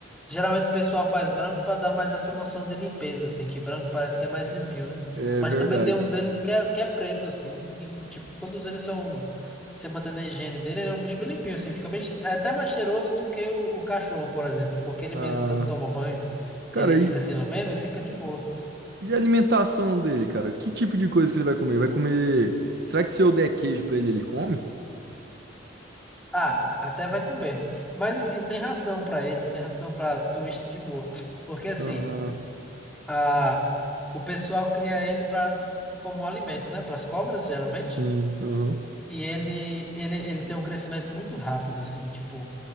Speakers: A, in the centre; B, on the right (about 60°).
A: geralmente o pessoal faz branco para dar mais essa noção de limpeza, assim, que branco parece que é mais limpinho, né?
B: É
A: Mas
B: verdade.
A: também tem uns deles que é, que é preto, assim, e, tipo, todos eles são, você mantendo a higiene dele, ele é um bicho bem limpinho, assim, fica bem, che- é até mais cheiroso do que o, o cachorro, por exemplo, porque ele
B: Ah,
A: mesmo dá- toma banho,
B: cara,
A: ele fica
B: e
A: se lambendo e fica de boa.
B: E a alimentação dele, cara? Que tipo de coisa que ele vai comer? Vai comer. Será que se eu der queijo pra ele, ele come?
A: Ah, até vai comer. Mas, assim, tem ração para ele, tem ração para twist de boa, porque, assim.
B: Ah,
A: a, o pessoal cria ele para como alimento, né? Para as cobras, geralmente.
B: sim, aham.
A: E ele, ele, ele tem um crescimento muito rápido, assim, tipo,